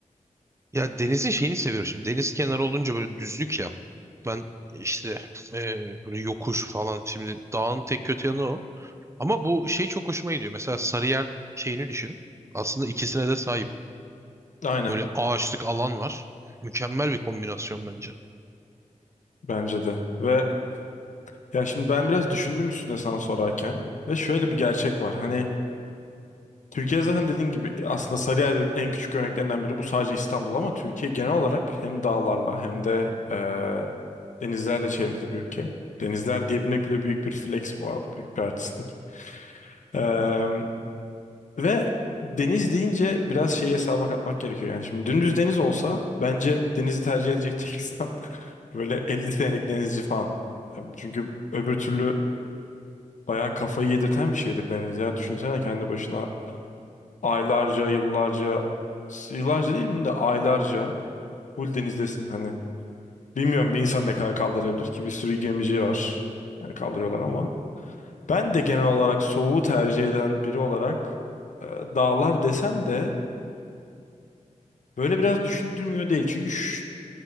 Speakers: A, on the right; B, on the left.
A: Ya denizin şeyini seviyorum şimdi. Deniz kenarı olunca böyle düzlük ya. Ben işte eee, böyle yokuş falan. Şimdi dağın tek kötü yanı o. Ama bu şey çok hoşuma gidiyor. Mesela Sarıyer şeyini düşün. Aslında ikisine de sahip.
B: Aynen.
A: Böyle ağaçlık alan var. Mükemmel bir kombinasyon bence.
B: Bence de. Ve ya şimdi ben biraz düşündüm üstüne sana sorarken ve şöyle bir gerçek var. Hani Türkiye zaten dediğin gibi aslında Sarıyer en küçük örneklerinden biri. Bu sadece İstanbul ama Türkiye genel olarak hem dağlarla hem de eee, denizlerle çevrili bir ülke. Denizler diyebilmek bile büyük bir flex bu arada. Büyük bir artistlik. Eee, ve deniz deyince biraz şeyi hesaba katmak gerekiyor. Yani şimdi dümdüz deniz olsa bence denizi tercih edecek tek insan <laughs> böyle 50 senelik denizci falan. Ya Çünkü öbür türlü bayağı kafayı yedirten bir şeydir deniz ya. Düşünsene kendi başına aylarca, yıllarca, yıllarca değil mi de aylarca full denizdesin hani. Bilmiyorum bir insan ne kadar kaldırabilir ki bir sürü gemici var. Yani kaldırıyorlar ama. Ben de genel olarak soğuğu tercih eden biri olarak e, dağlar desem de böyle biraz düşündürmüyor değil. Çünkü ş-